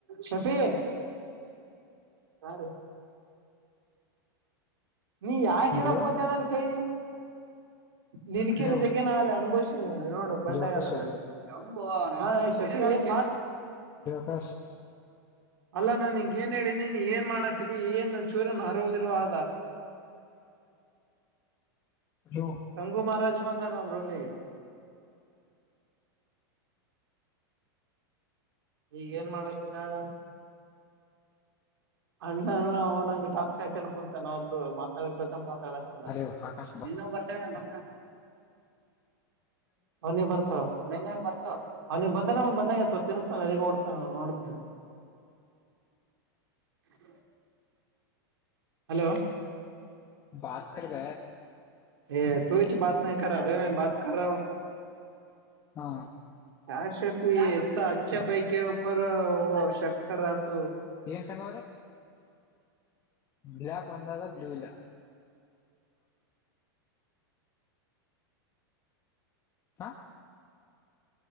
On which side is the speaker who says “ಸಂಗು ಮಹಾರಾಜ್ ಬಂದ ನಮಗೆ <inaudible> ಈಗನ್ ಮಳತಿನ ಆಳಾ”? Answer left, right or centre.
Right